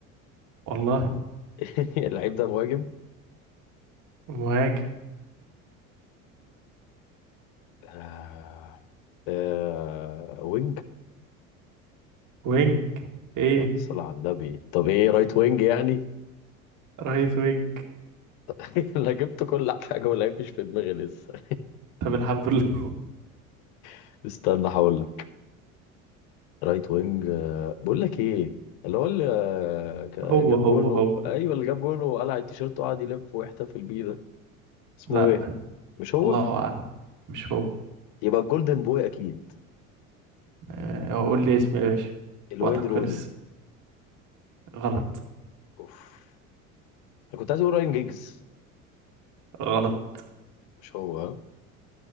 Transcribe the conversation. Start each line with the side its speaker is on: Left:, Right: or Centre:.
Right: والله
Left: <laughs> اللعيب ده مهاجم
Right: مهاجم
Left: آه آه وينج
Right: وينج ايه
Left: يلا صلى على النبي طب ايه رايت وينج يعني
Right: رايت وينج
Left: <laughs> انا جبت كل حاجة واللعيب مش في دماغي لسه
Right: طب الحمد لله
Left: <laughs> استنى هقول لك رايت وينج آه، بقول لك ايه اللي هو اللي آه، ك-
Right: هو
Left: جاب
Right: هو
Left: جون
Right: هو
Left: ايوه اللي جاب جون وقلع التيشيرت وقعد يلف ويحتفل بيه ده اسمه
Right: لا
Left: ايه مش هو
Right: الله أعلم مش هو
Left: يبقى الجولدن بوي اكيد
Right: آه، قول لي اسمي يا باشا
Left: الوين
Right: وقتك
Left: روني
Right: خلص غلط
Left: اوف انا كنت عايز اقول راين جيجز
Right: غلط
Left: مش هو ها؟